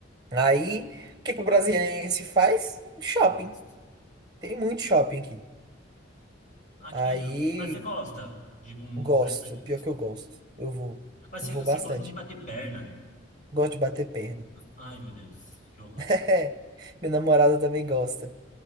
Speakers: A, on the right; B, on the left.
A: Aí, o que que o brasiliense faz? Shopping.
B: Gasto.
A: Tem muito shopping aqui.
B: Ah, que-
A: Aí,
B: é, mas você gosta de ir com
A: gosto.
B: frequência?
A: Pior que eu gosto. Eu vou.
B: Mas se
A: Eu vou
B: você
A: bastante.
B: gosta de bater perna?
A: Gosto de bater perna.
B: Ai, meu Deus, que horror.
A: <laughs> É, Minha namorada também gosta.